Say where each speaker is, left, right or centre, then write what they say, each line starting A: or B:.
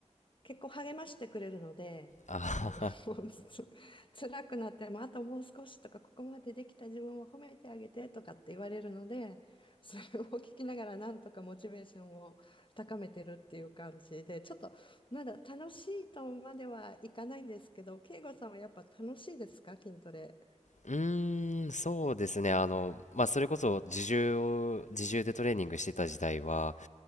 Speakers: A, on the left; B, on the left.
A: 結構励ましてくれるので、
B: あ
A: あの、<laughs> つ辛くなっても、あともう少しとか、ここまでできた自分を褒めてあげてとかって言われるので、それを聞きながらなんとかモチベーションを高めてるっていう感じで、ちょっとまだ楽しいとまではいかないんですけど、慶吾さんはやっぱ楽しいですか、筋トレ。
B: うーん、そうですね、あの、まあ、それこそ自重を、自重でトレーニングしてた時代は、